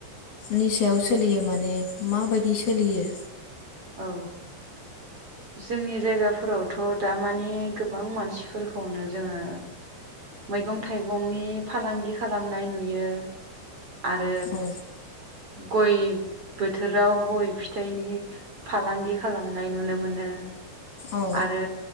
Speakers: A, on the left; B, on the right.
A: नि सायाव सोलियो माने माबायदि सोलियो
B: औ जोंनि जायगाफोरावथ' दा माने गोबां मानसिफोरखौनो जोङो मैगं थाइगंनि फालांगि खालामनाय नुयो आरो
A: औ
B: गय बोथोराव गय फिथाइनि फालांगि खालामनाय नुनो मोनो
A: औ
B: आरो